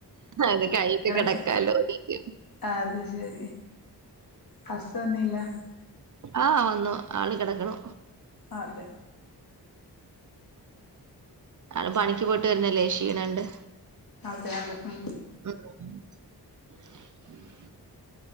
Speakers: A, on the right; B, on the left.
A: അത് കഴിഞ്ഞിട്ട്
B: ഇങ്ങളെ
A: കെടക്കാലോന്ന് <unintelligible>
B: അത് ശെരി ഹസ്സ് വന്നീല്ലാ
A: ആഹ് വന്നു ആള് കെടക്കണു
B: അതെ
A: ആള് പണിക്ക് പോയിട്ട് വരുന്നയല്ലേ ക്ഷീണം ഇണ്ട്
B: അതെ അതെ ഉം
A: അ